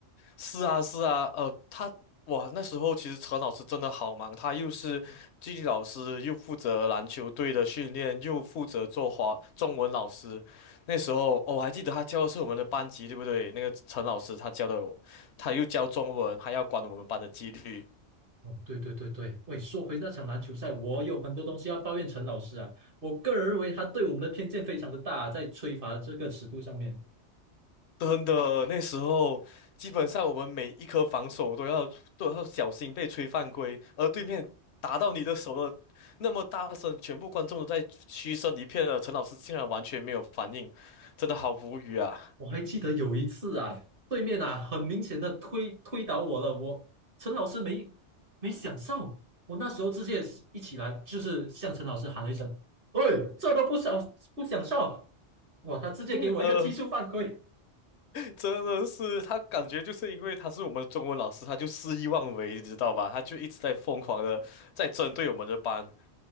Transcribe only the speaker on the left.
是啊，是啊，呃，他哇，那时候其实陈老师真的好忙，他又是纪律老师，又负责篮球队的训练，又负责做华中文老师。那时候，哦，我还记得他教的是我们的班级，对不对？那个陈老师他教的，他又教中文，还要管我们班的纪律。
真的，那时候基本上我们每一颗防守都要都要小心被吹犯规，而对面打到你的手了，那么大声，全部观众都在嘘声一片了，陈老师竟然完全没有反应，真的好无语啊！
<laughs> 呃，真的是他感觉就是因为他是我们中文老师，他就肆意妄为，你知道吧？他就一直在疯狂的在针对我们的班。